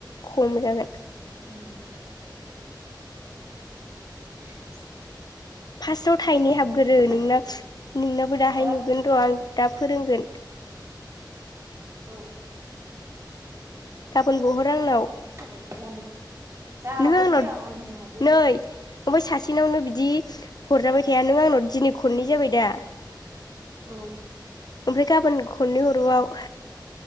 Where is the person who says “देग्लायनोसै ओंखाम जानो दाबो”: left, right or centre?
Right